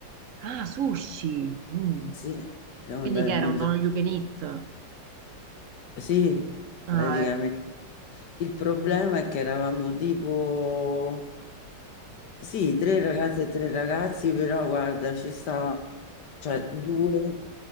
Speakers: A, on the right (about 65°); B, on the left (about 65°).
A: Ah, sushi. Mm.
B: sì, siamo
A: Quindi
B: andati
A: che
B: a mangiare.
A: era un all you can eat?
B: Sì,
A: Ah,
B: praticamente.
A: ecco.
B: Il problema è che eravamo tipo, sì, tre ragazze e tre ragazzi, però guarda, ci stavano, cioè due,